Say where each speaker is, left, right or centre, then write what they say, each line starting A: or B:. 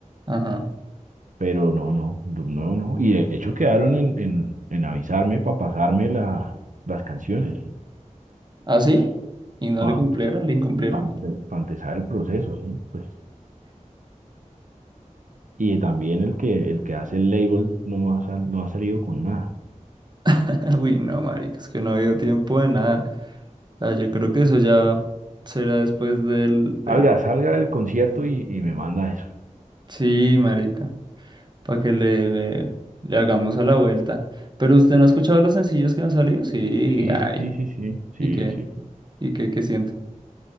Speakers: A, on the right; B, on the right.
A: Ajá.
B: pero no, no, de nuevo no, y de hecho quedaron en, en, en avisarme para pasarme la, las canciones.
A: así ¿Y no
B: para
A: le cumplieron?
B: empezar,
A: ¿Le incumplieron?
B: para, empezar el proceso, ¿sí? Pues, y también el que, el que hace el label no ha, sal- no ha salido con nada.
A: <laughs> Uy, no, marica, es que no ha habido tiempo de nada. O sea, yo creo que eso ya será después del, del...
B: Salga, salga del concierto y, y me manda eso.
A: Sí, marica, para que le, le, le hagamos a la vuelta. Pero usted no ha escuchado los sencillos que han salido, sí,
B: Sí,
A: ay,
B: sí, sí, sí,
A: ¿y
B: sí,
A: qué?
B: sí. sí.
A: ¿Y qué, qué siente?